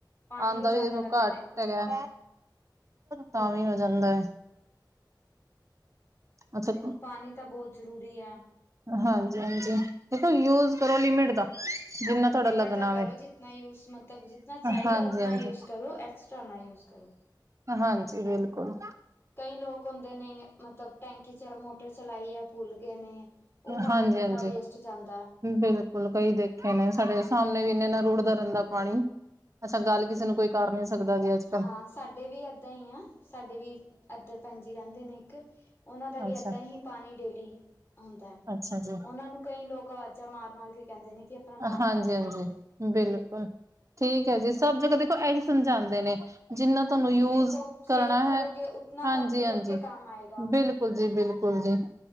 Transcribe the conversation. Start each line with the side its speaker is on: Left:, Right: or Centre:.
Left: ਪਾਣੀ
Right: ਆਂਦਾ
Left: ਜ਼ਿਆਦਾ
Right: ਵੀ ਦੇਖੋ
Left: ਲੱਗਦਾ
Right: ਘੱਟ
Left: ਦੇਖੋ
Right: ਹੈਗਾ।
Left: ਹਾਂ
Right: ਤਾਂ ਵੀ ਹੋ ਜਾਂਦਾ। ਅੱਛਾ
Left: ਦੇਖੋ ਪਾਣੀ ਤਾਂ ਬੋਤ ਜ਼ਰੂਰੀ ਐ।
Right: ਹਾਂਜੀ। ਹਾਂਜੀ। ਦੇਖੋ ਯੂਜ ਕਰੋ ਲਿਮਿਟ ਦਾ। ਜਿੰਨਾ ਤੁਹਾਡਾ
Left: ਲਿਮਟ
Right: ਲੱਗਣਾ
Left: ਦਾ ਕਰੋ
Right: ਵ
Left: ਜਿਤਨਾ ਯੂਜ ਮਤਬ ਜਿਤਨਾ ਚਾਈਦਾ
Right: ਹਾਂਜੀ
Left: ਉਤਨਾ
Right: ਹਾਂਜੀ
Left: ਯੂਜ ਕਰੋ। ਐਕਸ- ਝੋਨਾ ਯੂਜ ਕਰੋ।
Right: ਹਾਂਜੀ ਬਿਲਕੁਲ।
Left: ਕਈ ਲੋਕ ਹੁੰਦੇ ਨੇ ਮਤਬ ਟੈਂਕੀ 'ਚ ਮੋਟਰ ਚਲਾਈ ਆ ਭੁੱਲ ਗੇ ਨੇ। ਉਹ ਪਾਣੀ
Right: ਹਾਂਜੀ
Left: ਕਿਤਨਾ
Right: ਹਾਂਜੀ।
Left: ਵੇਸਟ ਜਾਂਦਾ
Right: ਬਿਲਕੁਲ ਕਈ ਦੇਖੇ ਨੇ, ਸਾਡੇ ਸਾਮਣੇ ਵੀ ਨੇ ਨਾ ਰੁੜਦਾ ਰੈਂਦਾ ਪਾਣੀ। ਅੱਛਾ ਗੱਲ ਕਿਸੇ ਨੂੰ ਕੋਈ ਕਰ ਨੀ ਸਕਦਾ ਜੀ ਅੱਜ ਕੱਲ੍ਹ।
Left: ਹਾਂ ਸਾਡੇ ਵੀ ਏਦਾਂ ਈ ਆ, ਸਾਡੇ ਵੀ ਐਧਰ ਭੈਣ ਜੀ ਰੈੰਦੇ ਨੇ ਇੱਕ। ਓਨਾਂ ਦਾ ਵੀ
Right: ਅੱਛਾ
Left: ਏਦਾਂ ਹੀ- ਪਾਣੀ ਡੇਲੀ ਹੁੰਦਾ।
Right: ਅੱਛਾ ਜੀ।
Left: ਐਨਾਂ ਨੂੰ ਕਈ ਲੋਕ ਅਵਾਜ਼ਾਂ ਮਾਰ ਮਾਰ ਕੇ ਕੈਂਦੇ ਨੇ ਕੀ ਆਪਣਾ ਪਾਣੀ
Right: ਹਾਂਜੀ-ਹਾਂਜੀ,
Left: ਬੰਦ ਕਰ ਦੋ।
Right: ਬਿਲਕੁਲ ਠੀਕ ਐ ਜੀ, ਸਭ ਜਗ੍ਹਾ ਦੇਖੋ ਐਹੀ ਸਮਝਾਂਦੇ ਨੇ। ਜਿੰਨਾਂ- ਤਾਨੂੰ ਯੂਜ
Left: ਦੇਖੋ
Right: ਕਰਨਾ
Left: ਸੇਵ ਕਰੋਗੇ
Right: ਹੈ।
Left: ਉਤਨਾ
Right: ਹਾਂਜੀ
Left: ਤੁਹਾਡੇ ਹੀ
Right: -ਹਾਂਜੀ
Left: ਅੱਗੇ ਕੰਮ ਆਏਗਾ
Right: ਬਿਲਕੁਲ। ਬਿਲਕੁਲ ਜੀ- ਬਿਲਕੁਲ ਜੀ।